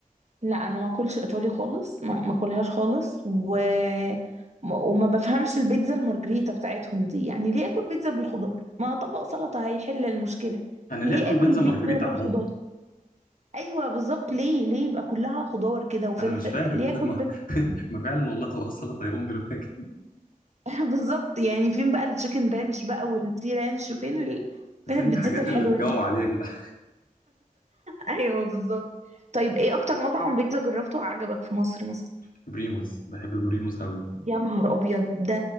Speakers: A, on the right (about 50°); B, on the left (about 75°).
A: لا انا ما اكلش ايطالي خالص ما ما اكلهاش خالص و م- وما بفهمش البيتزا المارجريتا بتاعتهم دي يعني ليه اكل بيتزا بالخضار ما طبق سلطة هيحل المشكلة
B: انا ليه
A: ليه
B: اكل
A: اكل
B: بيتزا
A: بيتزا
B: مارجريتا
A: بالخضار
B: عموما
A: ايوه بالظبط ليه ليه يبقى كلها خضار كده وفلفل
B: انا مش فاهم
A: ليه اكل
B: <laughs> ما
A: فلفل
B: ما فعلا والله طبق السلطه هيقوم بالواجب
A: <laughs> بالظبط يعني فين بقى التشيكن رانش بقى والسي رانش وفين ال...
B: <laughs>
A: فين
B: فين
A: البيتزات
B: الحاجات
A: الحلوة
B: اللي تجوع
A: دي
B: دي يا جدعان
A: ايوه بالظبط طيب ايه اكتر مطعم بيتزا جربته وعجبك في مصر مثلا
B: <laughs> بريموز بحب بريموز قوي
A: يا نهار ابيض ده